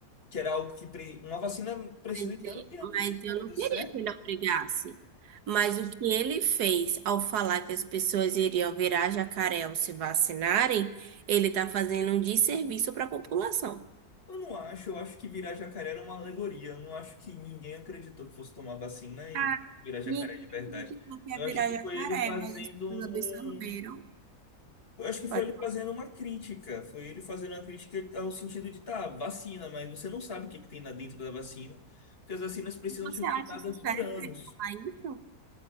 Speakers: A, on the left; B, on the right.
A: que era algo que pre- uma vacina precisa
B: Mas,
A: de
B: e-
A: anos e anos
B: mas
A: de estudo,
B: eu não queria
A: certo?
B: que ele obrigasse. Mas o que ele fez ao falar que as pessoas iriam virar jacaré ao se vacinarem, ele está fazendo um desserviço para a população.
A: Eu não acho, eu acho que virar jacaré era uma alegoria. Eu não acho que ninguém acreditou que fosse tomar vacina e
B: Ah,
A: virar jacaré
B: Ninguém
A: de verdade.
B: acreditou que ia
A: Eu
B: virar
A: acho que
B: jacaré,
A: foi ele fazendo
B: mas as pessoas
A: um.
B: absorveram.
A: Eu acho que foi
B: Pode.
A: ele fazendo uma crítica. Foi ele fazendo uma crítica ao sentido de, tá, vacina, mas você não sabe o que que tem lá dentro da vacina, porque as vacinas precisam
B: E você
A: ser estudadas
B: acha isso certo
A: por anos.
B: ele falar isso?